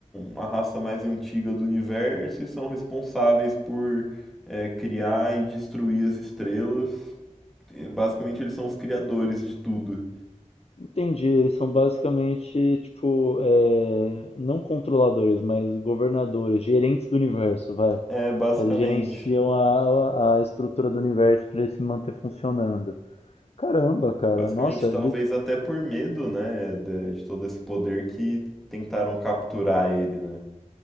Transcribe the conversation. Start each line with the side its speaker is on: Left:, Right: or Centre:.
Centre: a raça mais antiga do universo e são responsáveis por é, criar e destruir as estrelas. E, basicamente, eles são os criadores de tudo.
Left: Entendi, eles são basicamente, tipo, é, não controladores, mas governadores, gerentes do universo, vai.
Centre: É, basicamente.
Left: Eles gerenciam a, a a estrutura do universo para ele se manter funcionando. Caramba, cara,
Centre: Basicamente,
Left: nossa,
Centre: talvez
Left: ele...
Centre: até por medo, né, de, de todo esse poder que tentaram capturar ele, né?